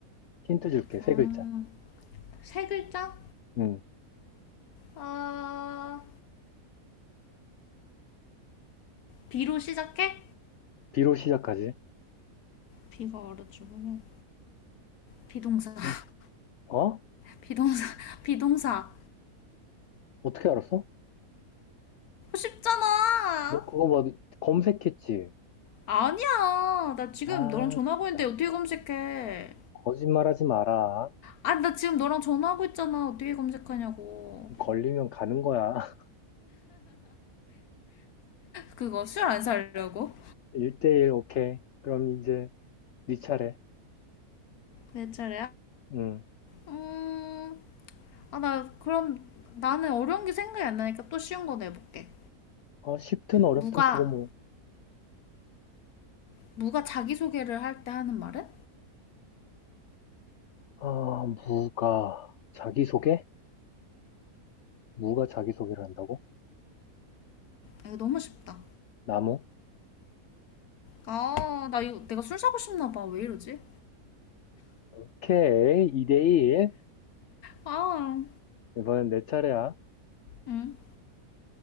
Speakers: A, on the left; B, on the left.
A: 힌트 줄게, 세
B: 음,
A: 글자.
B: 세 글자?
A: 음,
B: 아, 비로 시작해?
A: 비로 시작하지.
B: 비가 얼어 죽으면 비동사, <laughs>
A: 음, 어?
B: 비동사, 비동사.
A: 어떻게 알았어?
B: 쉽잖아.
A: 너 그거 뭐 검색했지?
B: 아니야. 나 지금
A: 아,
B: 너랑 전화하고
A: 진짜.
B: 있는데 어떻게 검색해?
A: 거짓말하지 마라.
B: 아니, 나 지금 너랑 전화하고 있잖아. 어떻게 검색하냐고.
A: 걸리면 가는 거야. <laughs>
B: 그거 술 안 살려고?
A: 1대1, 오케이. 그럼 이제 네 차례.
B: 왜 저래야
A: 음.
B: 음, 아, 나 그럼 나는 어려운 게 생각이 안 나니까 또 쉬운 거 내볼게.
A: 어, 쉽든 어렵든
B: 무가,
A: 그거 뭐.
B: 무가 자기소개를 할 때 하는 말은?
A: 아, 무가 자기소개? 무가 자기소개를 한다고?
B: 아, 이거 너무 쉽다.
A: 나무?
B: 아, 나 이거 내가 술 사고 싶나 봐. 왜 이러지?
A: 오케이, 2대1.
B: 아,
A: 이번엔 내 차례야.
B: 음.